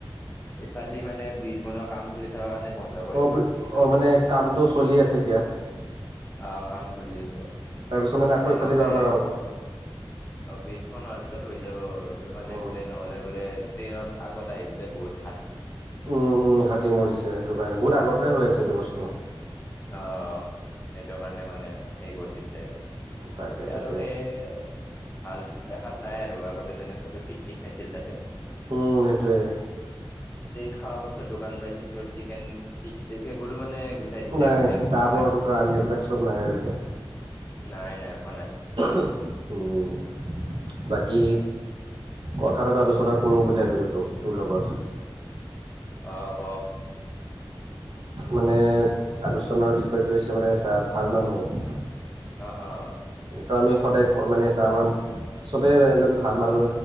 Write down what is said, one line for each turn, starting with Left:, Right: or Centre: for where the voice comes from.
Left: ইফালদি মানে ব্ৰিজ বনোৱা কাম চলি থকাৰ কাৰণে বন্ধ কৰি
Right: অ
Left: থৈ
Right: ব
Left: দিছে এইটো
Right: অ
Left: ৰাস্তা।
Right: মানে কামটো চলি আছে এতিয়া।
Left: অহ কাম চলি আছে
Right: তাৰপিছত
Left: মানে
Right: আকৌ এইফালে
Left: নহ'লে
Right: যাব পৰা হ'ব
Left: অ ব্ৰিজখন হোৱাৰ পিছত হৈ যাব। তোৰ মানে
Right: উম
Left: বোলে নহ'লে বোলে বোলে ট্ৰেইনত আগত আহি বোলে বহুত হ
Right: উম উম হাতী মৰিছে, সেইটো কাৰণে। বহুত আগৰ পৰাই হৈ আছে এইটো বস্তু।
Left: অ। সেইটোৰ কাৰণে মানে হেই কৰি দিছে আৰু এতিয়া
Right: তাকে তাকে
Left: আৰু সেই ভাল দেখাত নাই আৰু। আগতে যেনে চবে পিকনিক খাইছিল তাতে।
Right: উম এইটোৱে।
Left: খাৱা বস্তুৰ দোকান পাইছিল। তোৰ চিকেন ষ্টিক চিক। সেইবোৰো মানে গুচাই দিছে
Right: নাই
Left: আৰু এতিয়া দোকান
Right: ডাবৰ
Left: বোৰে।
Right: দোকান সেইবিলাক চব নাই আৰু এতিয়া।
Left: নাই নাই একো নাই
Right: উ-উ উম বাকী কথা এটা আলোচনা কৰোঁ বুলি ভাবিলোঁ তোক-তোৰ লগত।
Left: অ‌ ক।
Right: মানে আলোচনাৰ বিষয়টো হৈছে মানে চা ভাল মানুহ।
Left: অ অ
Right: তো আমি সদায় মানে চা আমাৰ চবে এজন ভাল মানুহ